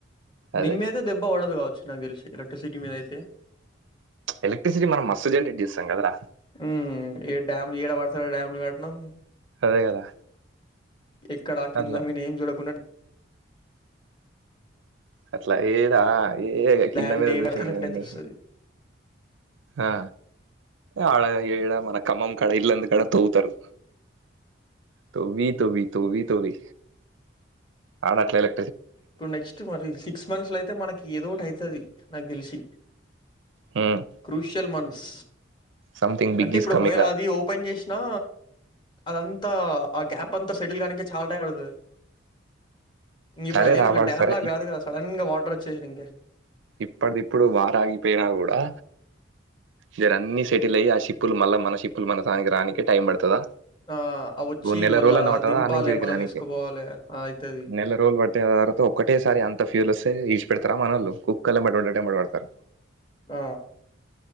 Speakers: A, on the right (about 70°); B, on the left (about 25°).
A: అదే
B: దీమేతే దెబ్బ వాలవదు నా తెలిసి ఎలక్ట్రిసిటీ మీద అయితే
A: ఎలక్ట్రిసిటీ మనం మస్తు జనరేట్ చేస్తాం కదరా
B: ఉమ్, ఏ డ్యామ్లు ఏడ పడతారు డ్యామ్లు కట్నం
A: అదే కదా
B: ఎక్కడా కింద
A: అట్లా
B: మీ నేమ్ చూడకున్
A: అట్లా ఏదా ఏ కింద
B: ల్యాండ్
A: మీద
B: ఏం
A: చూసేయండి
B: కరెంట్ అయితే వస్తుంది
A: ఆ ఆడఏడ మన కమం కడ ఇల్ంద కడ తోవ్వుతారు తోవి తూవి తూవి తూవి అడాట్లేలే
B: ఇప్పుడు నెక్స్ట్ మరి సిక్స్ మంత్స్ లో అయితే మనకి ఏదో ఒకటి అయితది నాకి తెలిసి
A: హ్మ్
B: క్రూషల్ మన్స్
A: సంథింగ్ బిగ్
B: అంటే ఇప్పుడు
A: ఈస్ కమింగ్
B: ఒకవేళ అది ఓపెన్ చేసినా అదంతా ఆ గ్యాప్ అంతా సెటిల్ కాడానికి చాలా టైం పడతది ఇ ఇప్పుడు
A: సరే
B: అదేమి
A: రావాడు
B: ఇట్లా డ్యామ్
A: సరే
B: లా కాదు కదా సడన్ గా వాటర్ వచ్చేసి ఇంకె
A: ఇప్పటిదిప్పుడు వారాగిపోయినా కూడా మీర అన్ని సెటిల్ అయ్యి ఆ షిప్పులు మళ్ళ మన షిప్పులు మన తానికి రాడానినికి టైం పడుతుందా
B: ఆ! ఆ! వచ్చి
A: ఓ నెల
B: మళ్ళా
A: రోజులు అన పట్టదా
B: దింపాలే,
A: అనించిడికి
B: మళ్ళా
A: రానికి
B: తీసుకుపోవాలే ఆ! అయితది.
A: నెల రోజులు పట్టిన తర్వాత ఒకటేసారి అంత ఫ్యూల్ వస్తే పెడతారా మనల్ కుక్ కల్ మట్డట మట్లాడ
B: ఆ